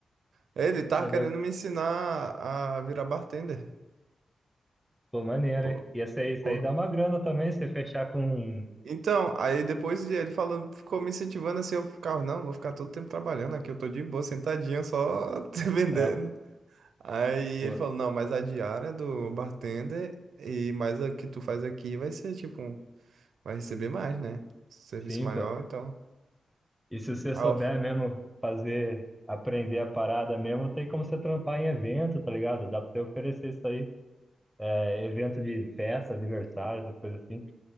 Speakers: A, on the right; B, in the centre.
A: Ele tá
B: fazer
A: querendo me ensinar a virar bartender.
B: Pô, maneiro,
A: Pô,
B: hein? E essa aí, isso
A: porra.
B: aí dá uma grana também, se você fechar com. um,
A: Então, aí depois de ele falando, ficou me incentivando assim, eu ficava, não, vou ficar todo tempo trabalhando aqui, eu tô de boa, sentadinho, só <laughs> vendendo.
B: Ah,
A: Aí
B: pô,
A: ele falou, não, mas a diária do bartender e mais a que tu faz aqui vai ser tipo, um- vai receber mais, né? Serviço
B: sim,
A: maior,
B: pô.
A: então.
B: E se você
A: Ah,
B: souber
A: eu-
B: mesmo fazer, aprender a parada mesmo, tem como você trampar em evento, tá ligado? Dá pra você oferecer isso aí. É, evento de festa, aniversário, essas coisas assim.